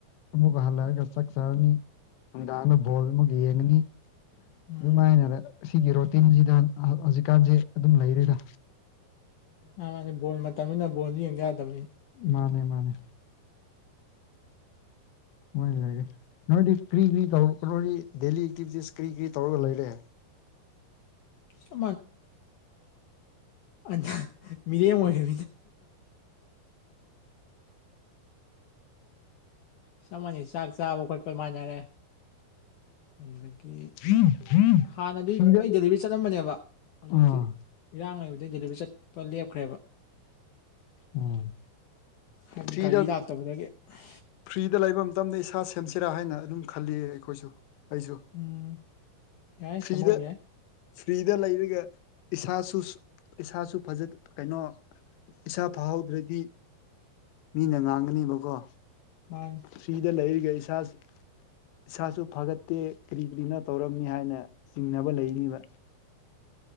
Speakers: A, on the left; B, on the left.
A: ꯑꯃꯨꯛꯀ ꯍꯜꯂꯛꯑꯒ ꯆꯥꯛ ꯆꯥꯔꯅꯤ ꯅꯨꯡꯗꯥꯡ ꯑꯃꯗ ꯕꯣꯜ ꯑꯃꯒ ꯌꯦꯡꯉꯅꯤ
B: ꯎꯝ
A: ꯑꯗꯨ ꯃꯥꯏꯅꯔ ꯑꯁꯤꯒꯤ ꯔꯣꯇꯤꯟꯁꯤꯗ ꯍꯧꯖꯤꯛꯀꯥꯟꯁꯦ ꯑꯗꯨꯝ ꯂꯩꯔꯤꯗ
B: ꯑ ꯕꯣꯜ ꯃꯇꯝꯅꯤꯅ ꯕꯣꯜꯁꯨ ꯌꯦꯡ ꯌꯥꯗꯕꯅꯤ
A: ꯃꯥꯅꯦ ꯃꯥꯅꯦ ꯃꯣꯏ ꯂꯩꯔꯦ ꯅꯣꯏꯗꯤ ꯀꯔꯤ ꯀꯔꯤ ꯇꯧ ꯅꯗꯤ ꯗꯦꯂꯤ ꯑꯦꯛꯇꯤꯚꯤꯇꯤꯁ ꯀꯔꯤ ꯀꯔꯤ ꯇꯧꯔꯒ ꯂꯩꯔꯦ
B: ꯆꯞ ꯑ ꯃꯤꯔꯦꯝ ꯑꯣꯏꯔꯤ ꯆꯞ ꯃꯅꯩ ꯆꯥꯛ ꯆꯕꯥ ꯈꯣꯠꯄ ꯃꯥꯥꯟꯅꯔꯦ ꯑꯗꯨꯗꯒꯤ
A: ꯎꯝ
B: ꯍꯥꯟꯅꯗꯤ
A: ꯐ꯭ꯔꯤꯗ
B: ꯑꯩ ꯗꯦꯂꯤꯚꯔꯤ ꯆꯠꯂꯝꯕꯅꯦꯕ ꯍꯧꯖꯤꯛꯇꯤ
A: ꯑꯥ
B: ꯏꯔꯥꯡ ꯂꯩꯕꯗꯒꯤ ꯗꯦꯂꯤꯚꯔꯤ ꯆꯠꯄ ꯂꯦꯞꯈ꯭꯭ꯔꯦꯕ
A: ꯎꯝ
B: ꯍꯥꯏꯗꯤ
A: ꯐ꯭ꯔꯤꯗ
B: ꯒꯥꯔꯤ ꯂꯥꯛꯇꯕꯗꯒꯤ ꯑ
A: ꯐ꯭ꯔꯤꯗ ꯂꯩꯕ ꯃꯇꯝꯗ ꯏꯁꯥ ꯁꯦꯝꯁꯤꯔꯥ ꯍꯥꯏꯅ ꯑꯗꯨꯝ ꯈꯜꯂꯤ ꯑꯩꯈꯣꯏꯁꯨ ꯑꯩꯁꯨ
B: ꯎꯝ ꯌꯥꯏ
A: ꯐ꯭ꯔꯤꯗ
B: ꯁꯦꯝꯍꯧ ꯌꯥꯏ
A: ꯐ꯭ꯔꯤꯗ ꯂꯩꯔꯒ ꯏꯁꯥꯁꯨ ꯏꯁꯥꯁꯨ ꯐꯖ ꯀꯩꯅꯣ ꯏꯁꯥ ꯐꯍꯧꯗ꯭ꯔꯗꯤ ꯃꯤꯅ ꯉꯥꯡꯒꯅꯦꯕꯀꯣ
B: ꯃꯥꯅꯤ
A: ꯐ꯭ꯔꯤꯗ ꯂꯩꯔꯤ ꯒꯩ ꯏꯁꯥ ꯏꯁꯥꯁꯨ ꯐꯒꯠꯇꯦ ꯀꯔꯤ ꯀꯔꯤꯅꯣ ꯇꯧꯔꯝꯅꯤ ꯍꯥꯏꯅ ꯆꯤꯡꯅꯕ ꯂꯩꯅꯤꯕ